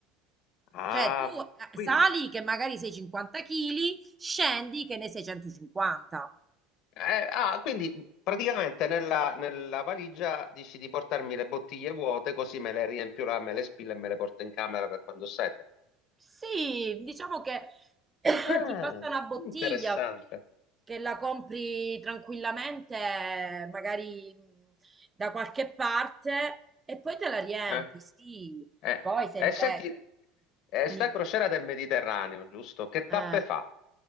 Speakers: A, on the left (about 55°); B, on the right (about 15°).
A: Ah,
B: Cioè tu eh,
A: quindi,
B: sali che magari sei 50 kg, scendi che ne sei 150.
A: eh, ah, quindi praticamente nella, nella valigia dici di portarmi le bottiglie vuote così me le riempio là, me le spillo e me le porto in camera per quando ho sete.
B: Sì, diciamo che <coughs>
A: Ah,
B: ti basta una bottiglia
A: interessante.
B: che la compri tranquillamente, magari mh, da qualche parte, e poi te la riempi,
A: eh.
B: sì.
A: Eh,
B: Poi se
A: e
B: invece...
A: senti, eh,
B: Dimmi.
A: sta crociera del Mediterraneo, giusto? Che tappe
B: Eh,
A: fa?